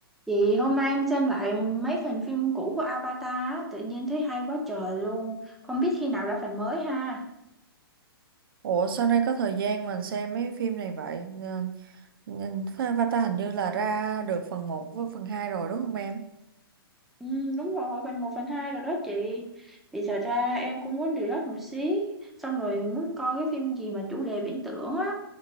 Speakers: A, in the centre; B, on the right.
A: Chị hôm nay em xem lại mấy phần phim cũ của Avatar á, tự nhiên thấy hay quá trời luôn. Không biết khi nào ra phần mới ha.
B: Ủa sao nay có thời gian mình xem mấy phim này vậy? Nên- nên Avatar hình như là ra được phần một với phần 2 rồi đúng không em?
A: Ừ, đúng rồi, phần một phần 2 rồi đó chị. Thì thật ra em cũng muốn relax một xí, xong rồi muốn coi cái phim gì mà chủ đề viễn tưởng á.